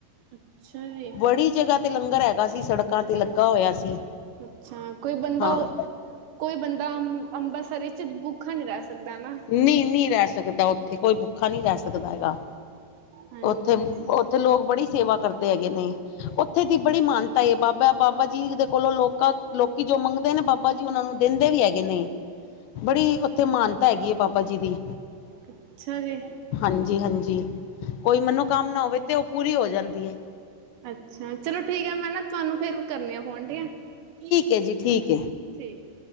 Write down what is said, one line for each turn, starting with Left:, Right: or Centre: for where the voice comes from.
Right: ਅੱਛਾ ਜੀ
Left: ਬੜੀ ਜਗ੍ਹਾ ਤੇ ਲੰਗਰ ਹੈਗਾ ਸੀ ਸੜਕਾਂ ਤੇ ਲੱਗਾ ਹੋਇਆ ਸੀ।
Right: ਅੱਛਾ ਕੋਈ ਬੰਦਾ
Left: ਹਾਂ।
Right: ਕੋਈ ਬੰਦਾ ਅੰਬਰਸਰ ਵਿੱਚ ਭੁੱਖਾ ਨਹੀ ਰਹਿ ਸਕਦਾ ਨਾ।
Left: ਨਹੀਂ ਨਹੀਂ ਰਹਿ ਸਕਦਾ ਉੱਥੇ ਕੋਈ ਭੁੱਖਾ ਨਹੀ ਰਹਿ ਸਕਦਾ ਹੈਗਾ,
Right: ਹਾਂਜੀ
Left: ਉੱਥੇ ਲੋਕ ਬੜੀ ਸੇਵਾ ਕਰਦੇ ਹੈਗੇ ਨੇ ਉੱਥੇ ਦੀ ਬੜੀ ਮਾਨਤਾ ਏ ਬਾਬਾ- ਬਾਬਾ ਜੀ ਦੇ ਕੋਲੋਂ ਲੋਕਾਂ ਲੋਕੀ ਜੋ ਮੰਗਦੇ ਨੇ ਬਾ ਬਾਬਾ ਜੀ ਉਹਨਾ ਨੂੰ ਦਿੰਦੇ ਵੀ ਹੈਗੇ ਨੇ।
Right: <inaudible>
Left: ਬੜੀ ਉੱਥੇ ਮਾਨਤਾ ਹੈਗੀ ਆ ਬਾਬਾ ਜੀ ਦੀ
Right: ਅੱਛਾ ਜੀ
Left: ਹਾਂਜੀ ਹਾਂਜੀ ਕੋਈ ਮਨੋਕਾਮਨਾ ਨਾ ਹੋਵੇ ਤੇ ਉਹ ਪੂਰੀ ਹੋ ਜਾਂਦੀ ਹੈ।
Right: ਅੱਛਾ ਚਲੋ ਠੀਕ ਹੈ ਮੈਂ ਨਾ ਤੁਹਾਨੂੰ ਫਿਰ ਕਰਨੀਆਂ ਪਉਣ ਡੀਆਂ ਠੀਕ
Left: ਹੈ
Right: ਹੈ
Left: ਜੀ ਠੀਕ